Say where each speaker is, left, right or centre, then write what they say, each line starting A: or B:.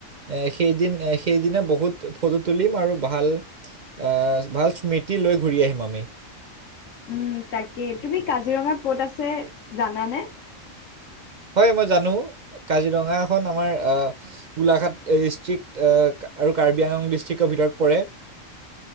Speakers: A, on the right (about 55°); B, on the left (about 70°).
A: এ সেইদিন সেইদিনা বহুত ফটো তুলিম আৰু ভাল এ ভাল স্মৃতি লৈ ঘূৰি আহিম আমি।
B: উম তাকেই তুমি কাজিৰঙা ক'ত আছে জানানে?
A: হয় মই জানো। কাজিৰঙা এখন আমাৰ আহ গোলাঘাট ডিষ্ট্ৰিক্ট, আৰু কাৰ্বি আংলং ডিষ্ট্ৰিক্টৰ ত পৰে।